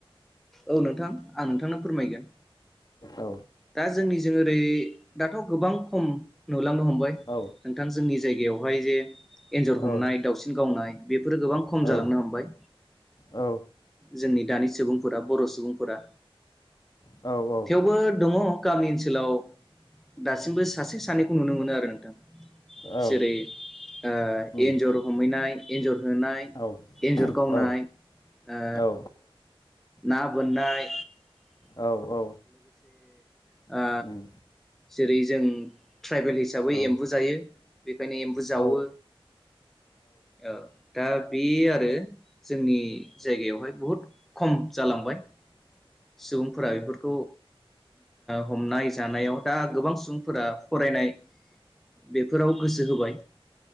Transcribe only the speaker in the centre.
औ नोंथां आं नोंथांनो फोरमायगोन।
दा जोंनिजों ओरै दाथ' गोबां खम नु नुलांनो हमबाय
नोंथां जोंनि जायगायावहाय जे एन्जर
हमनाय दावसिन गावनाय बेफोरो गोबां खम
जालांनो हमबाय
जोंनि दानि सुबुंफोरा बर' सुबुंफोरा
थेवबो दङ गामि ओनसोलाव दासिमबो सासे सानैखौ नुनो मोनो आरो नोंथां जेरै
ओ
एन्जर हमहैनाय एन्जर होनाय,
एन्जर गावनाय
ओ
ना बोननाय
ओ ओ
जेरै जों ट्राइबेल हिसाबै
एम्बु
जायो। बेखायनो एम्बु जावो।
ओ दा बे आरो जोंनि जायगायावहाय बहुद खम जालांबाय सुबुंफोरा बेफोरखौ हमनाय जानायाव। दा गोबां सुबुं फोरा फरायनाय बेफोराव गोसो होबाय।